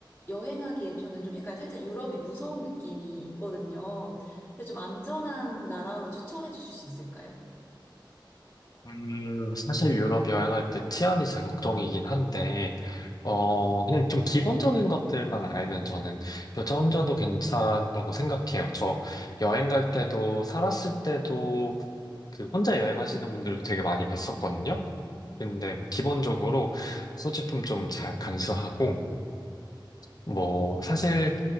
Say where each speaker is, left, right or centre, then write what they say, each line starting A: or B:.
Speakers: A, on the left; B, on the left.
A: 여행하기에 저는 좀 약간 살짝 유럽이 무서운 느낌이 있거든요. 그래서 좀 안전한 나라로 추천해 주실 수 있을까요?
B: 음, 사실 유럽 여행할 때 치안이 제 걱정이긴 한데, 어, 그냥 좀 기본적인 것들만 알면 저는 여자 혼자도 괜찮다고 생각해요. 저 여행 갈 때도, 살았을 때도, 그 혼자 여행하시는 분들도 되게 많이 봤었거든요. 근데 뭐 기본적으로 소지품 좀 잘 간수하고, 뭐 사실